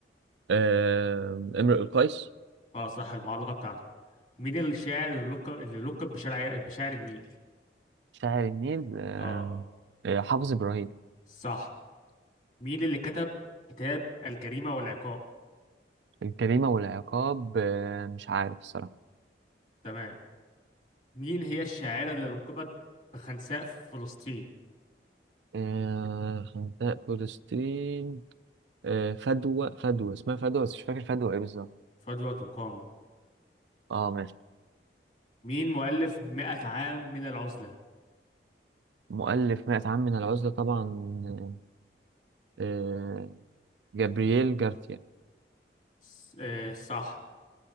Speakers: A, on the right; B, on the left.
A: آه، امرؤ القيس
B: اه صح المعلقه بتاعته مين الشاعر اللي لقب اللي لقب بشاعر بشاعر النيل
A: شاعر النيل آه،
B: اه
A: آه، حافظ إبراهيم
B: صح مين اللي كتب كتاب الجريمه والعقاب
A: الجريمة والعقاب آه، مش عارف الصراحة
B: تمام مين هي الشاعره اللي لقبت بخنساء في فلسطين
A: آه، خندق فلسطين آه، فدوى فدوى اسمها فدوى بس مش فاكر فدوى ايه بالظبط
B: فضل وقام
A: اه ماشي
B: مين مؤلف مئة عام من العزلة
A: مؤلف مائة عام من العزلة طبعا آه، آه، جابرييل جارثيا
B: س- آه، صح